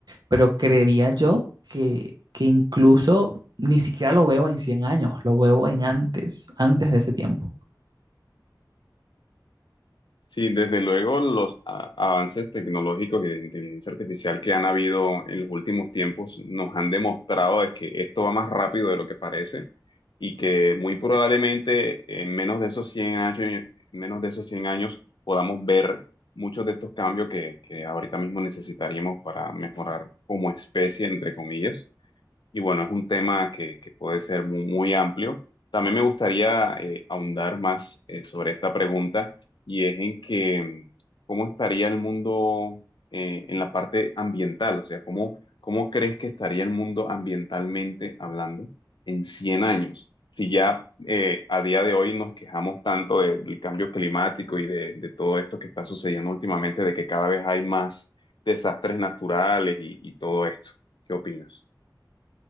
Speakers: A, on the right; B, on the left.
A: Pero creería yo que, que incluso ni siquiera lo veo en 100 años, lo veo en antes, antes de ese tiempo.
B: Sí, desde luego los a- avances tecnológicos y de inteligencia artificial que han habido en los últimos tiempos nos han demostrado de que esto va más rápido de lo que parece y que muy probablemente en menos de esos 100 años, menos de esos 100 años podamos ver muchos de estos cambios que, que ahorita mismo necesitaríamos para mejorar como especie, entre comillas. Y bueno, es un tema que, que puede ser mu- muy, amplio. También me gustaría eh, ahondar más eh, sobre esta pregunta y es en que mm, cómo estaría el mundo eh, en la parte ambiental, o sea, cómo, cómo crees que estaría el mundo ambientalmente hablando en 100 años. Si ya eh, a día de hoy nos quejamos tanto de- del cambio climático y de, de todo esto que está sucediendo últimamente, de que cada vez hay más desastres naturales y y todo esto. ¿Qué opinas?